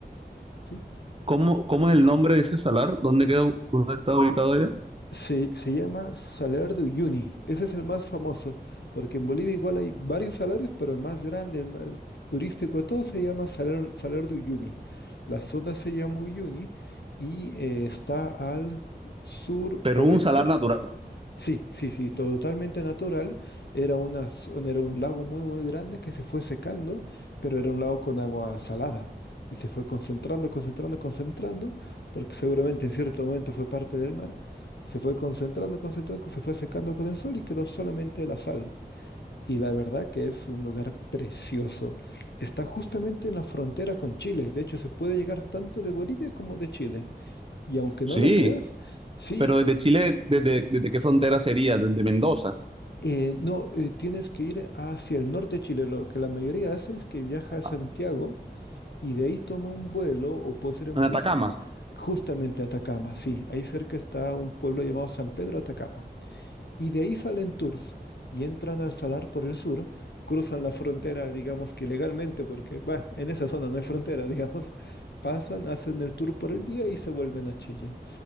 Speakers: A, on the left (about 80°); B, on the right (about 35°).
A: ¿sí?
B: ¿cómo, cómo es el nombre de ese salar? ¿Dónde
A: S-
B: queda, u- dónde está ubicado allá?
A: Se, se llama Salar de Uyuni, ese es el más famoso, porque en Bolivia igual hay varios salarios, pero el más grande, el más turístico de todos se llama Salar, Salar de Uyuni. La zona se llama Uyuni y eh, está al suroeste
B: Pero es un salar natural.
A: Sí, sí, sí, totalmente natural. Era una, zona- era un lago muy, muy grande que se fue secando, pero era un lago con agua salada y se fue concentrando, concentrando, concentrando, porque seguramente en cierto momento fue parte del mar. Se fue concentrando, concentrando, se fue secando con el sol y quedó solamente la sal. Y la verdad que es un lugar precioso. Está justamente en la frontera con Chile. De hecho, se puede llegar tanto de Bolivia como de Chile. Y aunque
B: Sí,
A: no lo creas, sí.
B: pero desde Chile, ¿desde, desde qué frontera sería? Desde Mendoza,
A: Eh, no, eh, tienes que ir hacia el norte de Chile. Lo que la mayoría hace es que viaja a Santiago
B: a-
A: y de ahí toma un vuelo o puede ser en
B: en Atacama.
A: bus justamente a Atacama. Sí, ahí cerca está un pueblo llamado San Pedro de Atacama. Y de ahí salen tours y entran al Salar por el sur, cruzan la frontera, digamos que legalmente, porque bah, en esa zona no hay frontera, <laughs> digamos. Pasan, hacen el tour por el día y se vuelven a Chile